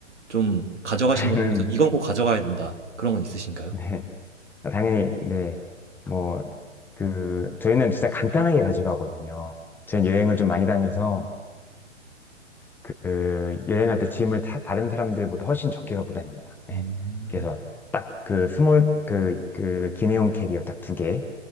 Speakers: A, on the right; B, in the centre.
A: 좀 가져가시는
B: <laughs> 저는,
A: 것 중에서 이건 꼭 가져가야 된다. 그런 건 있으신가요?
B: 네. 아, 당연히, 네. 뭐, 그, 저희는 진짜 간단하게 가져가거든요. 저희는 여행을 좀 많이 다녀서, 그, 여행할 때 짐을 다, 다른 사람들보다 훨씬 적게 갖고 다닙니다.
A: 음.
B: 예. 그래서 딱 그 스몰, 그, 그, 기내용 캐리어 딱 두 개.